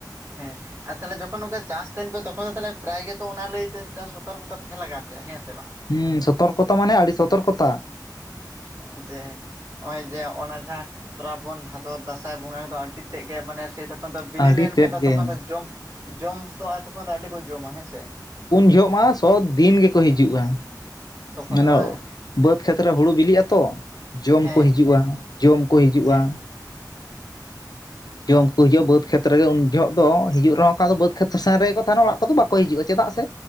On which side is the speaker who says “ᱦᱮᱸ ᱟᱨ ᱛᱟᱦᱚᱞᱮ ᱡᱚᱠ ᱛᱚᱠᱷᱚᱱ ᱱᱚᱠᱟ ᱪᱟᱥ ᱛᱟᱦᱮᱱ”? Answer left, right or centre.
Right